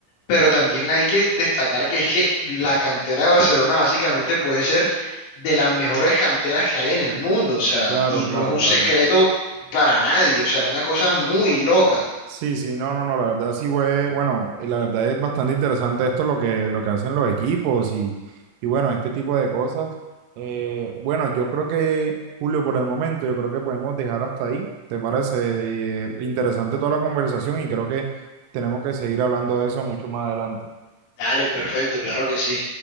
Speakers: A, on the left; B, on the right.
A: pero también hay que destacar que es que la cantera de Barcelona básicamente puede ser de las mejores canteras que hay en el mundo, o sea,
B: Claro,
A: y
B: claro,
A: no es un
B: claro.
A: secreto para nadie, o sea, es una cosa muy loca.
B: Sí, sí, no, no, no, la verdad sí, güey, bueno, y la verdad es bastante interesante esto lo que, lo que hacen los equipos y, y bueno, este tipo de cosas. Eh, bueno, yo creo que, Julio, por el momento, yo creo que podemos dejar hasta ahí, ¿te parece? Eh, interesante toda la conversación y creo que tenemos que seguir hablando de eso mucho más adelante.
A: Dale, perfecto, claro que sí.